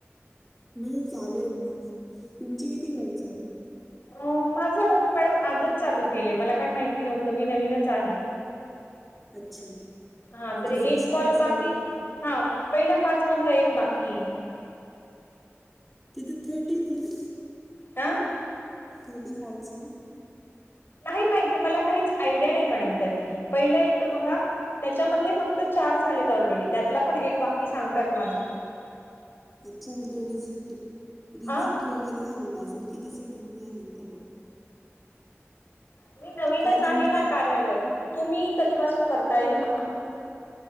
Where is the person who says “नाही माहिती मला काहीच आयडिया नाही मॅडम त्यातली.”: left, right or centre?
Left